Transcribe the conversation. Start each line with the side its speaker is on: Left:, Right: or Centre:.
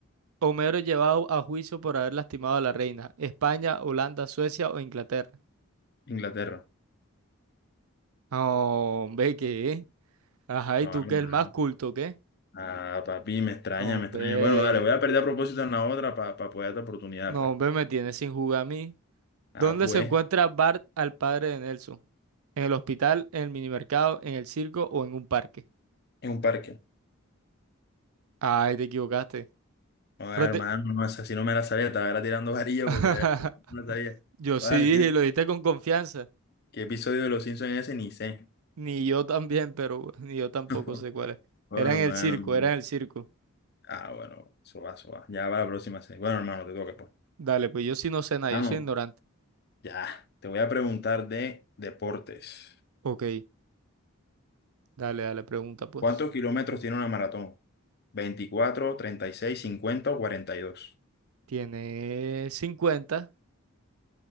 Right: Homero es llevado a juicio por haber lastimado a la reina? ¿España, Holanda, Suecia o Inglaterra?
Left: Inglaterra.
Right: No, hombre, ¿qué? Ajá,
Left: Ah,
Right: ¿y tú
Left: hermano.
Right: que es el más culto, qué?
Left: Ah, papi, me extraña,
Right: No, hombre.
Left: me extraña. Bueno, dale, voy a perder a propósito en la otra para poder darte oportunidad,
Right: No,
Left: pues.
Right: hombre, me tienes sin jugar a mí.
Left: Ah,
Right: ¿Dónde
Left: pues.
Right: se encuentra Bart al padre de Nelson? ¿En el hospital, en el minimercado, en el circo o en un parque?
Left: En un parque.
Right: Ay, te equivocaste.
Left: No,
Right: Pero
Left: hermano,
Right: te-
Left: no, esa sí no me la sabía. Estaba era tirando varillas
Right: <laughs>
Left: porque de verdad no me la sabía.
Right: Yo
Left: Ay,
Right: sí dije,
Left: ¿qué,
Right: lo dijiste con confianza.
Left: qué episodio de Los Simpsons es ese? Ni sé.
Right: Ni yo también, pero <laughs> ni yo tampoco
Left: <laughs>
Right: sé cuál es.
Left: Oh,
Right: Era
Left: hermano.
Right: en el circo, era en el circo.
Left: Ah, bueno, eso va, eso va. Ya va la próxima serie. Bueno, hermano, te toca, pues.
Right: Dale, pues yo sí no sé nada,
Left: Ah,
Right: yo
Left: no,
Right: soy ignorante.
Left: ya. Te voy a preguntar de deportes.
Right: Ok, dale, dale, pregunta pues.
Left: ¿Cuántos kilómetros tiene una maratón? Veinticuatro, treinta y seis, cincuenta o 42.
Right: Tiene 50.